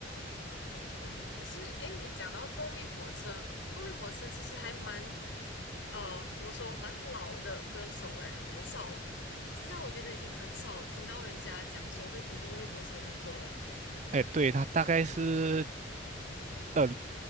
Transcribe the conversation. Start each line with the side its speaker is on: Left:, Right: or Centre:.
Left: 嗯。可是，诶，你讲到动力火车，动力火车其实还蛮，呃，怎么说，蛮老的歌手，诶，很少。现在我觉得已经很少听到人家讲说会听动力火车的歌，诶。
Right: 哎对，他大概是呃